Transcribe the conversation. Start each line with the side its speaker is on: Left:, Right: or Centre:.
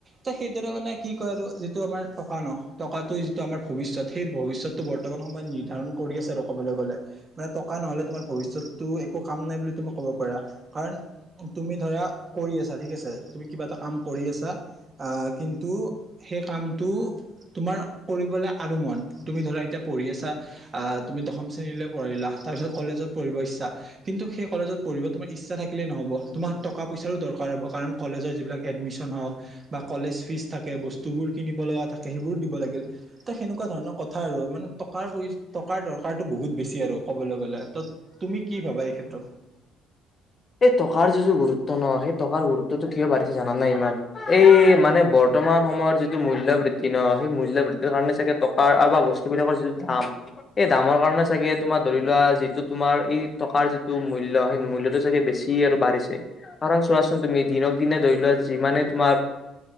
Right: ত সেইদৰে মানে কি কয় আৰু যিটো আমাৰ টকা ন টকাতটো যিটো আমাৰ ভৱিষ্যত সেই ভৱিষ্যত টো বৰ্তমান সময়ত নিৰ্ধাৰণ কৰি আছে আৰু ক'বলৈ গ'লে। মানে টকা নহলে তোমাৰ ভৱিষ্যতটো একো কাম নাই বুলি তুমি ক'ব পাৰা কাৰণ তুমি ধৰা কৰি আছা ঠিক আছে। তুমি কিবা এটা কাম কৰি আছা আহ কিন্তু সেই কামটো তোমাৰ কৰিবলে আৰু মন তুমি ধৰা এতিয়া পঢ়ি আছা। আহ তুমি দশম শ্ৰেণীলৈ পঢ়িলা তাৰ পিছত কলেজত পঢ়িব ইচ্ছা। কিন্তু সেই কলেজত পঢ়িব তোমাৰ ইচ্ছা থাকিলেই নহব। তোমাৰ টকা পইচাৰো দৰকাৰ হ'ব কাৰণ কলেজৰ যিবিলাক এডমিশ্যন হওক বা কলেজ ফীজ থাকে বস্তু। বস্তুবোৰ কিনিব লগা থাকে সেইবোৰো দিব লাগিল, এ সেনেকুৱা ধৰণৰ কথা আৰু মানে টকাৰ টকাৰ দৰকাৰতটো বহুত বেছি আৰু ক'বলৈ গ'লে ত'। তুমি কি ভাবা এই ক্ষেত্ৰত?
Left: এই টকাৰ যিটো গুৰুত্ব ন সেই টকাৰ গুৰুত্বতটো কিয় বাঢ়িছে জানো নে ইমান। এই মানে বৰ্তমান সময়ত যিটো মূল্য বৃদ্ধি ন সেই মূল্য বৃদ্ধিৰ কাৰণে চাগে টকা বা বস্তুবিলাকৰ যিটো দাম। এই দামৰ কাৰণে চাগে তোমাৰ ধৰি লোৱা যিটো তোমাৰ এই টকাৰ যিটো মূল্য সেই মূল্যত চাগে বেছি আৰু বাঢ়িছে কাৰণ চোৱাচোন তুমি দিনক দিনে ধৰি লোৱা যিমানে তোমাৰ